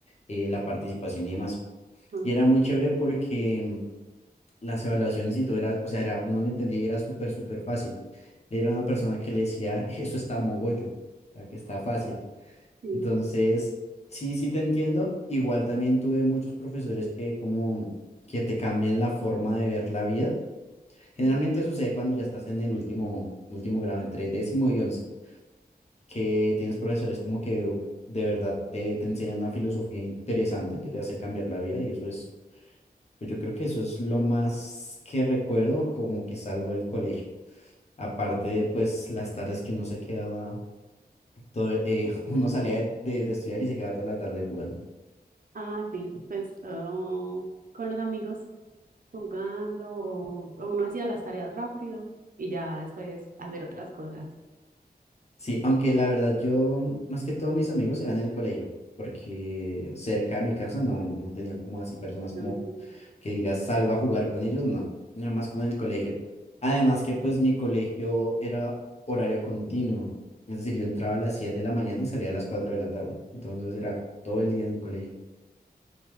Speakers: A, on the left (about 40°); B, on the right (about 55°).
A: eh, la participación y demás.
B: ujú,
A: Y era muy chévere porque... mm, las evaluaciones y todo era, o sea, era, uno lo entendía y era súper, súper fácil. Le era una persona que le decía, <laughs> eso está mogollo, o sea, que está fácil.
B: sí,
A: Entonces, sí, sí te entiendo. Igual también tuve muchos profesores que como que te cambian la forma de ver la vida. Generalmente
B: ujú.
A: sucede cuando ya estás en el último, último grado, entre décimo y once, que tienes profesores como que de verdad te, te enseñan una filosofía interesante que te hace cambiar la vida y eso es pues yo creo que eso es lo más que recuerdo como que salvo el colegio. Aparte de pues las tardes que uno se quedaba, todo, eh, <laughs> uno salía de, de- de estudiar y se quedaba toda la tarde jugando.
B: Ah, sí, pues oh, con los amigos jugando o, o uno hacía las tareas rápido y ya después hacer otras cosas.
A: Sí, aunque
B: Ujú.
A: la verdad yo más que todos mis amigos eran en el colegio, porque cerca de mi casa no, no tenía como así personas como
B: No, no, no.
A: que digas salgo a jugar con ellos, no, era más como en el colegio. Además que pues mi colegio era horario continuo, es decir, yo entraba a las 7 de la mañana y salía a las 4 de la tarde, entonces era todo el día en el colegio. <laughs>